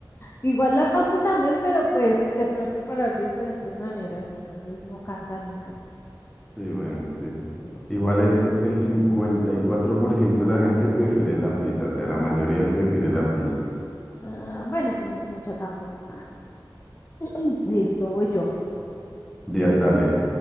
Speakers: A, on the left; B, in the centre.
A: igual la pasta también, pero pues se puede preparar de diferentes maneras, entonces no cansa nunca.
B: Sí, bueno, sí.
A: Listo,
B: Igual
A: Voy
B: el,
A: yo.
B: el 54% de la gente prefiere la pizza, o sea, la mayoría prefiere la pizza.
A: Ah, bueno, pues no es mucha tampoco. <clears throat> Listo, voy yo.
B: Dia- Dale.